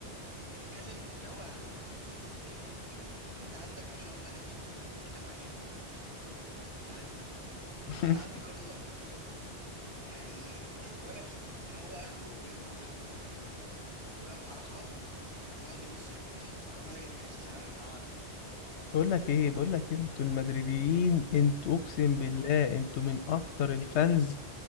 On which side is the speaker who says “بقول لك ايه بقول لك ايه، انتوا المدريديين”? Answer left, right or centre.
Left